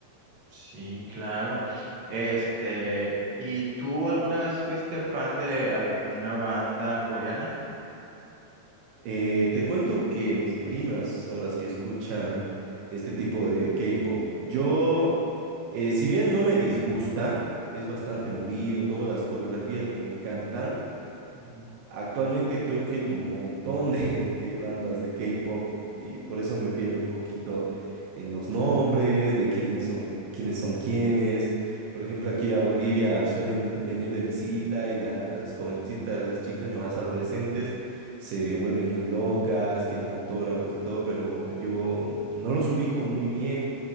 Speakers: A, on the right; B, on the right.
A: Sí, claro. Este, ¿y tú alguna vez fuiste fan de alguna banda coreana?
B: Eh, te cuento que mis primas son las que escuchan este tipo de K-pop. Yo, eh, si bien no me disgusta, es bastante movido, todas las coreografías me encantan.
A: Ujú.
B: Actualmente creo que hay un montón de, de bandas de K-pop y por eso me pierdo un poquito en los nombres, de quiénes son, quiénes son quiénes. Por ejemplo, aquí a Bolivia suelen venir de visita y las jovencitas, las chicas más adolescentes, se vuelven muy locas, quieren autógrafos y todo, pero yo no los ubico muy bien.